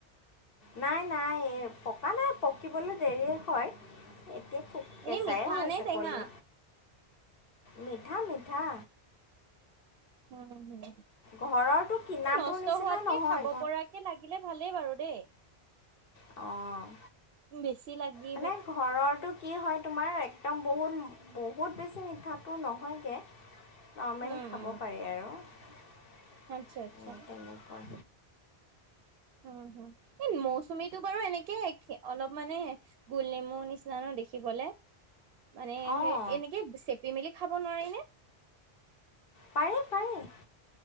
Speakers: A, on the left; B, on the right.
A: নাই-নাই পকা নাই পকিবলৈ দেৰি হয়, এতিয়া খুব কেঁচাই
B: এনে মিঠা
A: আছে
B: নে টেঙা
A: পলি। মিঠা-মিঠা।
B: হুম,
A: ঘৰৰটো কিনাটোৰ
B: নষ্ট
A: নিচিনা
B: হোৱাতকে,
A: নহয়
B: খাব পৰাকে লাগিলে ভালেই বাৰু দেই।
A: অ',
B: বেছি লাগিল।
A: মানে ঘৰটো কি হয় তোমাৰ একদম বহুত-বহুত বেছি মিঠাটো নহয়গে। নৰ্মেল
B: উম
A: খাব
B: উম
A: পাৰি আৰু অ,
B: আচ্ছা আচ্ছা
A: তেনেকুৱা।
B: উম, হুম, এ মৌচুমীটো বাৰু এনেকে অলপ মানে গোল নেমু নিচিনা ন দেখিবলে। মানে
A: অঁ
B: সেই এনেকে চেপি মেলি খাব নোৱাৰি নে?
A: পাৰে-পাৰে।